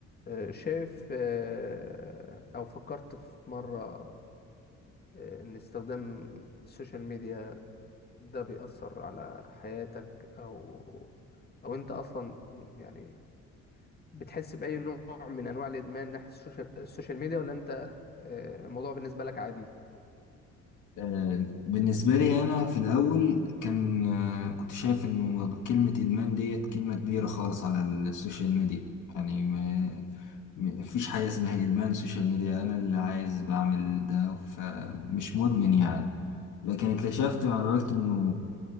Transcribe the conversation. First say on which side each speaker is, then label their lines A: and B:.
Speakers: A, on the left; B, on the left.
A: آه، شايف آه، أو فكرت في مرة آه، إن استخدام السوشيال ميديا ده بيأثر على حياتك أو أو أنت أصلا يعني بتحس بأي نوع من أنواع الإدمان ناحية السوشيال السوشيال ميديا ولا أنت آه، الموضوع بالنسبة لك عادي؟
B: آه، بالنسبة لي أنا في الأول كان آه، كنت شايف إنه كلمة إدمان ديت كلمة كبيرة خالص على السوشيال ميديا يعني ما ما فيش حاجة اسمها إدمان سوشيال ميديا أنا اللي عايز بعمل ده فمش مدمن يعني لكن اكتشفت مع الوقت إنه